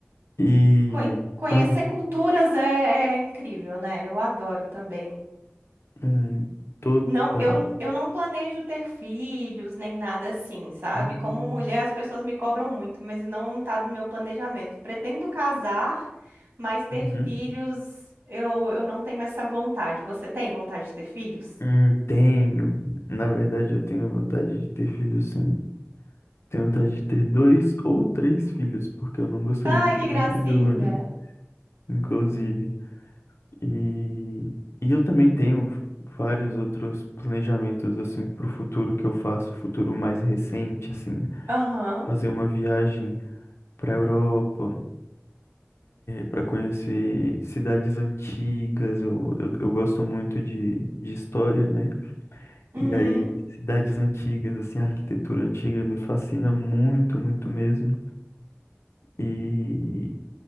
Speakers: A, on the left; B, on the right.
A: E
B: Conhe- Conhecer
A: ah,
B: culturas é, é incrível, né? Eu adoro também.
A: hum, total.
B: Não, eu, eu não planejo ter filhos nem nada assim, sabe?
A: Hum,
B: Como mulher, as pessoas me cobram muito, mas não tá do meu planejamento. Pretendo casar, mas ter
A: uhum.
B: filhos, eu, eu não tenho essa vontade. Você tem vontade de ter filhos?
A: Hum, tenho, na verdade, eu tenho vontade de ter filhos, sim. Tenho vontade de ter dois ou três filhos, porque eu não gostaria
B: Ai,
A: de ter
B: que gracinha.
A: um filho único, inclusive. E, e eu também tenho vários outros planejamentos assim para o futuro que eu faço, futuro mais recente, assim,
B: Aham.
A: fazer uma viagem para a Europa, para conhecer cidades antigas. Eu, eu, eu gosto muito de, de história, né?
B: Uhum.
A: E aí, cidades antigas, assim, a arquitetura antiga me fascina muito, muito mesmo. E,